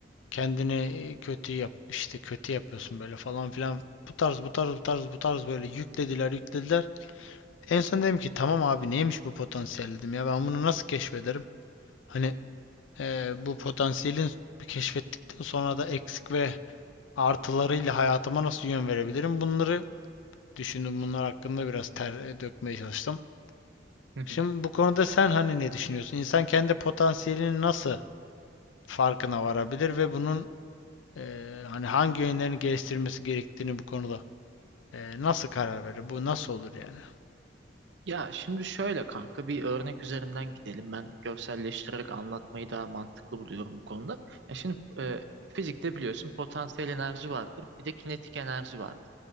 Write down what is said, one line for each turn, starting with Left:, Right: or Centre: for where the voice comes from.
Left: Kendini e, kötü yap işte kötü yapıyorsun böyle falan filan. Bu tarz bu tarz bu tarz bu tarz böyle yüklediler yüklediler. En son dedim ki tamam abi neymiş bu potansiyel dedim ya ben bunu nasıl keşfederim? Hani eee, bu potansiyelin keşfettikten sonra da eksik ve artılarıyla hayatıma nasıl yön verebilirim? Bunları düşündüm. Bunlar hakkında biraz ter e, dökmeye çalıştım.
Right: <laughs>
Left: Şimdi bu konuda sen hani ne düşünüyorsun? İnsan kendi potansiyelinin nasıl farkına varabilir ve bunun eee, hani hangi yönlerini geliştirmesi gerektiğini bu konuda eee, nasıl karar verir? Bu nasıl olur yani?
Right: Ya şimdi şöyle kanka bir örnek üzerinden gidelim. Ben görselleştirerek anlatmayı daha mantıklı buluyorum bu konuda. Ya şimdi e, fizikte biliyorsun potansiyel enerji vardır, bir de kinetik enerji vardır.